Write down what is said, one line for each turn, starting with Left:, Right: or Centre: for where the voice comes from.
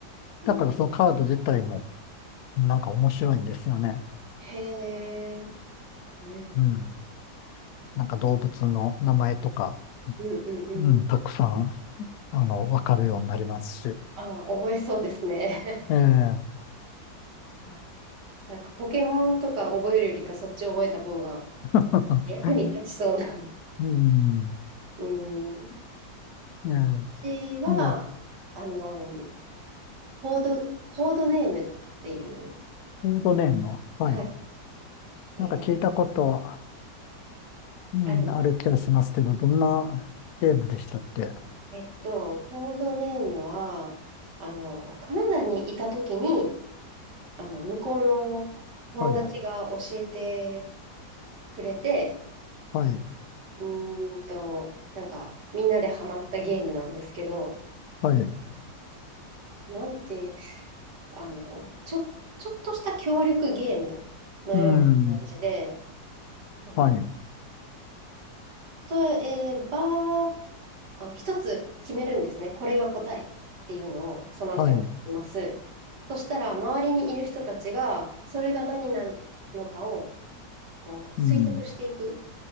Left: だからそのカード自体も
Right: ん。
Left: なんか面白いんですよね。
Right: へえ。へー
Left: うん、なんか動物の名前とか、
Right: うんうんうん。
Left: うん、たくさん、あの、わかるようになりますし。
Right: ああ、覚えそうですね。
Left: ええ
Right: <laughs> あなんかポケモンとか覚えるよりかそっち覚えた方が
Left: <laughs>
Right: 役に立ちそうな。<laughs>
Left: うん。
Right: うん。
Left: ね
Right: 私は、
Left: え、ねえ、
Right: あの、コード、コードネームっていう、
Left: コードネームは、はい。
Right: はい、えー
Left: なんか聞いたことうん、
Right: あります。
Left: ある気がしますけど、どんなゲームでしたっけ
Right: えっと、コードネームは、あの、カナダにいたときに、あの、向こうの
Left: はい、
Right: 友達が教えてくれて、
Left: はい、
Right: うーんと、なんか、みんなでハマったゲームなんですけど、
Left: はい、
Right: なんて、あの、ちょ、ちょっとした協力ゲームのような感じで、
Left: うん、
Right: あの、
Left: はい、
Right: 例えば、あ、一つ決めるんですね。これが答えっていうのを、その人が決めます。
Left: はい、
Right: そしたら、周りにいる人たちが、それが何なのかを、こう、
Left: うん、
Right: 推測していく。